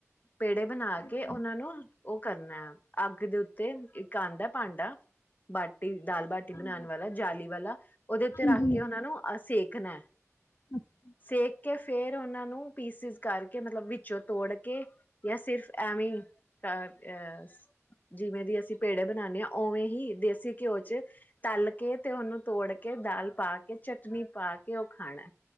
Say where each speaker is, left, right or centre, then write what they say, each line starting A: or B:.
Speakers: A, on the left; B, on the left.
A: ਪੇੜੇ ਬਣਾ
B: ਹਾਂਜੀ
A: ਕੇ ਉਹਨਾਂ ਨੂੰ ਕਰਨਾ ਅੱਗ ਦੇ ਉੱਤੇ ਇੱਕ ਆਉਂਦਾ ਭਾਂਡਾ ਬਾਟੀ ਦਾਲ ਬਾਟੀ ਬਣਾਉਣ
B: ਹਾਂਜੀ
A: ਵਾਲਾ ਜਾਲੀ ਵਾਲਾ ਉਹਦੇ ਉੱਤੇ
B: ਹਾਂਜੀ
A: ਰੱਖ ਕੇ ਉਹਨਾ ਨੂੰਹ ਸੇਕ ਖਣਾ
B: ਵਿੱਚੋਂ
A: ਸੇਕ ਕੇ ਫੇਰ ਉਹਨਾਂ ਨੂੰ ਪੀਸਿਸ ਕਰਕੇ ਮਤਲਬ ਵਿੱਚੋਂ ਤੋੜ ਕੇ ਜਾਂ ਸਿਰਫ ਐਵੇਂ ਘ ਅਹ ਜਿਵੇਂ ਦੀ ਅਸੀਂ ਪੇੜੇ ਬਣਾਉਦੇ ਹਾਂ ਉਵੇਂ ਹੀ ਦੇਸੀ ਘਿਓ ਚ ਤਲ ਕੇ ਤੇ ਉਹਨੂੰ ਤੋੜ ਕੇ ਦਾਲ ਪਾ ਕੇ ਚਟਨੀ ਪਾ ਕੇ ਉਹ ਖਾਣਾ